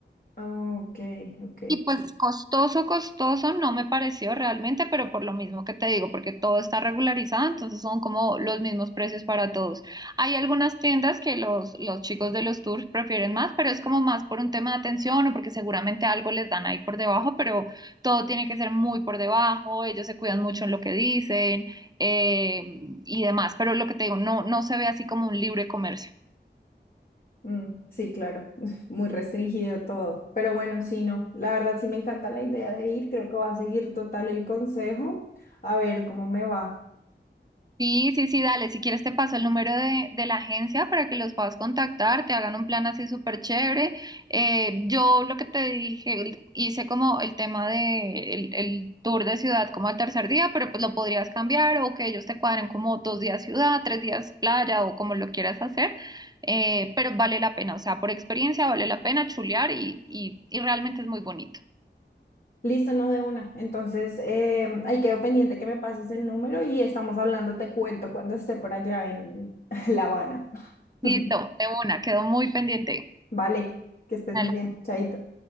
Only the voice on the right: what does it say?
Y pues costoso, costoso no me pareció realmente, pero por lo mismo que te digo, porque todo está regularizado, entonces son como los mismos precios para todos. Hay algunas tiendas que los, los chicos de los tours prefieren más, pero es como más por un tema de atención o porque seguramente algo les dan ahí por debajo, pero todo tiene que ser muy por debajo, ellos se cuidan mucho en lo que dicen eh, y demás, pero lo que te digo, no, no se ve así como un libre comercio.
Sí, sí, sí, dale. Si quieres te paso el número de, de la agencia para que los puedas contactar, te hagan un plan así súper chévere. Eh, yo lo que te dije, el- hice como el tema de el, el tour de ciudad como al tercer día, pero pues lo podrías cambiar o que ellos te cuadren como dos días ciudad, tres días playa o como lo quieras hacer. Eh, pero vale la pena, o sea, por experiencia vale la pena chulear y, y, y realmente es muy bonito.
Listo,
de una, quedó muy pendiente.
Dale,